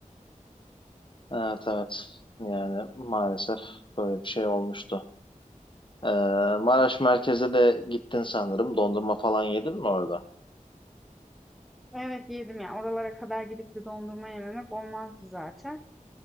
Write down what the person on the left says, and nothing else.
Evet evet. Yani maalesef böyle bir şey olmuştu. Ee, Maraş merkeze de gittin sanırım. Dondurma falan yedin mi orada?